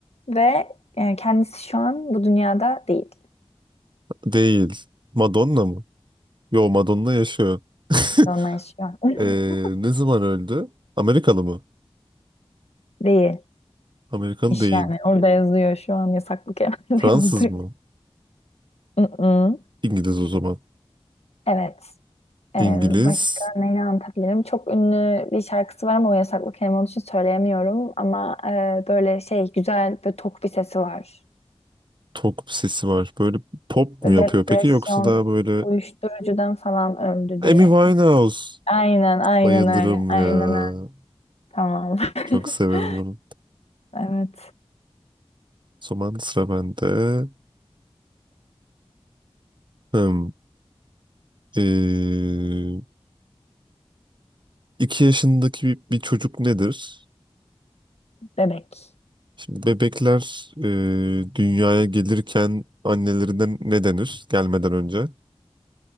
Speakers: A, on the left; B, on the right.
A: Ve e, kendisi şu an bu dünyada değil.
B: Değil. Madonna mı? Yo Madonna yaşıyor. <laughs>
A: Onunla yaşıyor. <laughs>
B: Ee, ne zaman öldü? Amerikalı mı?
A: Değilmiş
B: Amerikalı değil.
A: yani. Orada yazıyor şu an yasaklı kelimede
B: Fransız
A: <laughs> yazdı.
B: mı?
A: Mm-mm.
B: İngiliz o zaman.
A: Evet. Ee,
B: İngiliz
A: başka neyle anlatabilirim? Çok ünlü bir şarkısı var ama o yasaklı kelime olduğu için söyleyemiyorum. Ama e, böyle şey güzel böyle tok bir sesi var.
B: tok sesi var. Böyle pop mu
A: Böyle
B: yapıyor
A: depresyon,
B: peki yoksa daha böyle
A: uyuşturucudan falan öldü
B: Amy
A: diye.
B: Winehouse.
A: Aynen aynen
B: Bayılırım
A: öyle. Aynen
B: ya.
A: öyle. Tamam. <laughs>
B: Çok severim onu. O
A: Evet.
B: zaman sıra bende. Hmm. Ee, iki yaşındaki bir, bir çocuk nedir?
A: Bebek.
B: Şimdi bebekler e, dünyaya gelirken annelerine ne denir gelmeden önce?